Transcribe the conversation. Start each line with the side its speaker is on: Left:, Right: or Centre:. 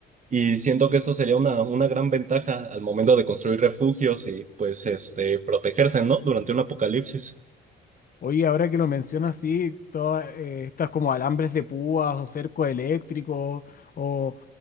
Right: Y siento que esto sería una, una gran ventaja al momento de construir refugios y pues este, protegerse, ¿no? Durante un apocalipsis.
Left: Oye, ahora que lo mencionas, sí, todas eh, estas como alambres de púas o cerco eléctrico o,